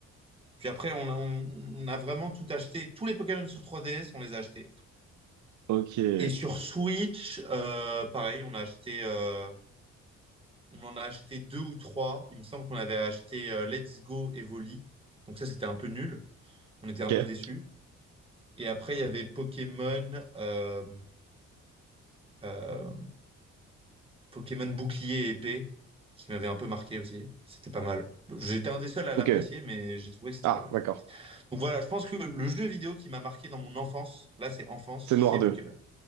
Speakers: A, on the right; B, on the right.
A: puis après, on a, on a vraiment tout acheté. Tous les Pokémon sur 3DS, on les a achetés.
B: ok,
A: Et sur Switch, euh, pareil, on a acheté. euh, On en a acheté deux ou trois. Il me semble qu'on avait acheté euh, Let's Go et Volley. Donc ça, c'était un peu nul. On était
B: ok,
A: un peu déçus. Et après, il y avait Pokémon, euh, euh, Pokémon Bouclier et Épée, qui m'avait un peu marqué aussi. C'était pas mal. J'étais un des seuls à
B: ok.
A: l'apprécier, mais j'ai trouvé que c'était
B: Ah,
A: pas mal.
B: d'accord.
A: Donc voilà, je pense que le jeu vidéo qui m'a marqué dans mon enfance, là c'est enfance,
B: C'est Noir
A: c'est
B: deux
A: Pokémon.